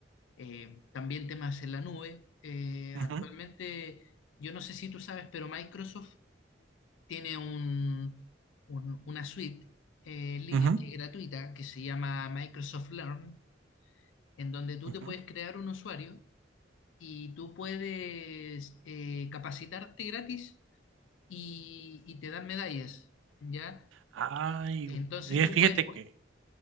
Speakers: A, on the left; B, on the right.
A: eh, también temas en la nube. Eh,
B: ujú,
A: actualmente, yo no sé si tú sabes, pero Microsoft tiene un- un- una suite eh, en línea
B: ujú,
A: que es gratuita, que se llama Microsoft Learn, en donde tú
B: ujú.
A: te puedes crear un usuario y tú puedes eh, capacitarte gratis y, y te dan medallas, ¿ya?
B: Ay,
A: Entonces
B: oye,
A: tú
B: fíjate
A: puedes,
B: que